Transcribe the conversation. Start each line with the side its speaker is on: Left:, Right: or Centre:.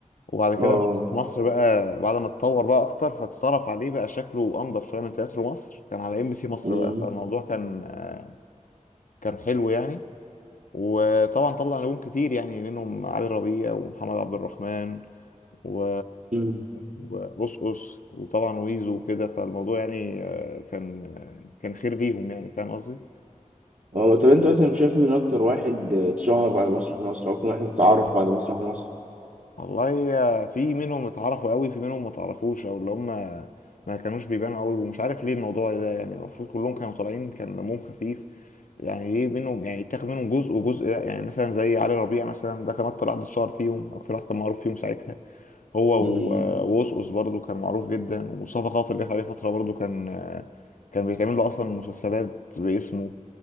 Left: وبعد
Right: اه
Left: كده مصر مصر بقى بعد ما اتطور بقى اكتر فاتصرف عليه بقى شكله انضف شويه من تياترو مصر كان على ام بي سي مصر
Right: مم.
Left: بقى فالموضوع كان آه، كان حلو يعني وطبعا طلع نجوم كتير يعني منهم علي ربيع ومحمد عبد الرحمن و
Right: مم.
Left: وبوسقوس وطبعا ويزو وكده فالموضوع يعني آه، كان آه، كان خير ليهم يعني فاهم قصدي؟
Right: اه طب انت مثلا شايف مين اكتر واحد اتشهر بعد مسرح مصر اكتر واحد اتعرف بعد مسرح مصر
Left: والله آه، في منهم اتعرفوا قوي في منهم ما تعرفوش او اللي هم ما كانوش بيبانوا قوي ومش عارف ليه الموضوع ده يعني المفروض كلهم كانوا طالعين كان دمهم خفيف يعني ليه منهم يعني اتاخد منهم جزء وجزء لا يعني مثلا زي علي ربيع مثلا ده كان اكتر واحد اتشهر فيهم اكتر واحد كان معروف فيهم ساعتها هو
Right: مم.
Left: و- آه، ووسوس برضه كان معروف جدا ومصطفى خاطر جت عليه فتره برضه كان آه، كان بيتعمل له اصلا مسلسلات باسمه